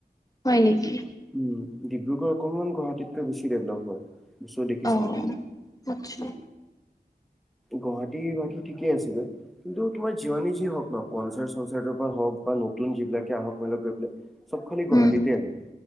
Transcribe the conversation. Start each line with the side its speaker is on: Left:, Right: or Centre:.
Left: হয় নেকি?
Centre: উম ডিব্ৰুগড় অকণমান গুৱাহাটীতকৈ বেছি ডেভলপ হয়। বস্তু দেখিছো
Left: অহ'
Centre: মই
Left: আচ্ছা
Centre: গুৱাহাটী বাকী ঠিকেই আছেগে, কিন্তু তোমাৰ যিমানি যি হওঁক ন কনচাৰ্ট-চনচাৰ্টৰ পৰা হওঁক বা নতুন যিবিলাকে আহক মনে গৈ পেলাই চব খালি গুৱাহাটীতে
Left: উম'
Centre: আহে